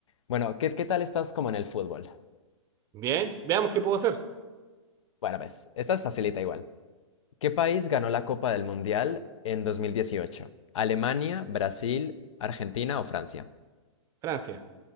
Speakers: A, on the left; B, on the right.
A: Bueno, ¿qué, qué tal estás como en el fútbol?
B: Bien, veamos qué puedo hacer.
A: Bueno, ves, esta es facilita igual. ¿Qué país ganó la Copa del Mundial en 2018? ¿Alemania, Brasil, Argentina o Francia?
B: Francia.